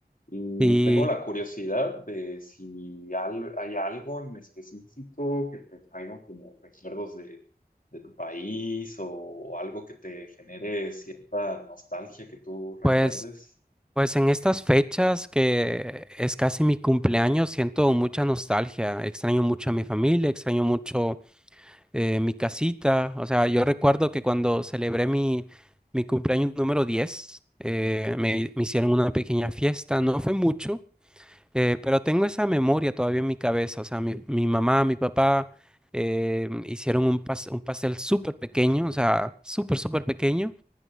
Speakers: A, on the left; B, in the centre.
A: Y
B: Y
A: tengo la curiosidad de si al- hay algo en específico que te traiga como recuerdos de, de tu país o, o algo que te genere cierta nostalgia que tú recuerdes.
B: pues, pues en estas fechas que es casi mi cumpleaños, siento mucha nostalgia, extraño mucho a mi familia, extraño mucho eh, mi casita. O sea, yo recuerdo que cuando celebré mi, mi cumpleaños número diez eh, me, me hicieron una pequeña fiesta, no fue mucho, eh, pero tengo esa memoria todavía en mi cabeza. O sea, mi, mi mamá, mi papá eh, hicieron un, pas- un pastel súper pequeño, o sea, súper, súper pequeño